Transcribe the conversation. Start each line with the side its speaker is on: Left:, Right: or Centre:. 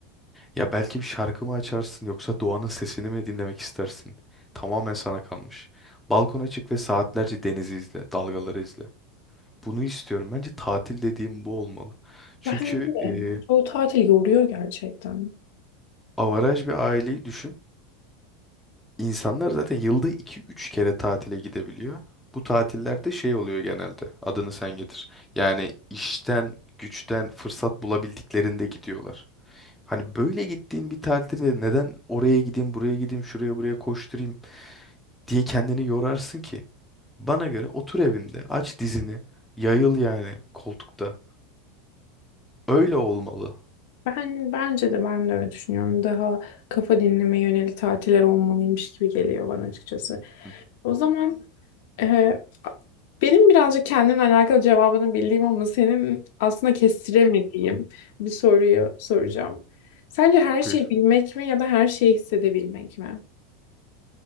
Centre: Ya belki bir şarkı mı açarsın yoksa doğanın sesini mi dinlemek istersin? Tamamen sana kalmış. Balkona çık ve saatlerce denizi izle, dalgaları izle. Bunu istiyorum. Bence tatil dediğim bu olmalı. Çünkü
Left: Ben de.
Centre: e,
Left: Çoğu tatil yoruyor gerçekten.
Centre: avaraj bir aileyi düşün. İnsanlar zaten yılda iki üç kere tatile gidebiliyor. Bu tatillerde şey oluyor genelde. Adını sen getir. Yani işten, güçten fırsat bulabildiklerinde gidiyorlar. Hani böyle gittiğin bir tatilde neden oraya gideyim, buraya gideyim, şuraya buraya koşturayım diye kendini yorarsın ki? Bana göre otur evinde, aç dizini, yayıl yani koltukta. Öyle olmalı.
Left: Ben bence de ben de öyle düşünüyorum. Daha kafa dinleme yönelik tatiller olmalıymış gibi geliyor bana açıkçası.
Centre: Hı,
Left: O zaman e, benim birazcık kendimle alakalı cevabını bildiğim ama senin aslında kestiremediğim bir soruyu soracağım. Sence her şeyi
Centre: Buyur.
Left: bilmek mi ya da her şeyi hissedebilmek mi?